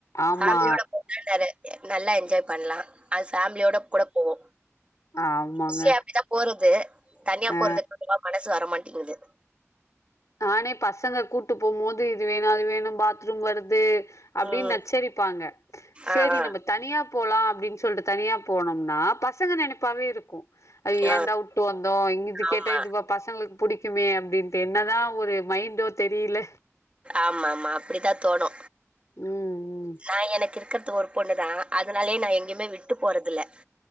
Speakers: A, on the left; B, on the right.
A: ஆமா
B: ஃபேமிலியோட போலானரு நல்லா என்ஜாய் பண்ணலா அது ஃபேமிலியோட கூட போவோ
A: ஆமாங்க
B: சிய அப்படிதா போறது தனியா
A: அ
B: போறதுக்கு மட்டுதா மனசு வரமாட் டிங்கிது
A: நானே பசங்க கூட்டு போம் போது இது வேணு அது வேணு பாத் ரூம் வருது அப்படின்
B: ம்
A: நச்சரிப்பாங்க செரி
B: ஆ ஆ
A: நம்ம தனியா போலா அப்படின் சொல்ட்டு தனியா போனோம்னா பசங்க நினைப்பாவே இருக்கு ஐயோ
B: ஆ
A: ஏன்ட உட்டு வந்தோ இங்க இது கேட்டா
B: ஆமா
A: இதுவ பசங்களுக் புடிக் க்குமே அப்படின் என்னதா ஒரு மைன்டோ தெரியில
B: ஆமாமா அப்படிதா தோணு
A: ம் ம்
B: ஆ எனக்கிருக்கிறது ஒரு பொண்ணுதா அதனாலயே நா எங்கயுமே விட்டு போறதில்ல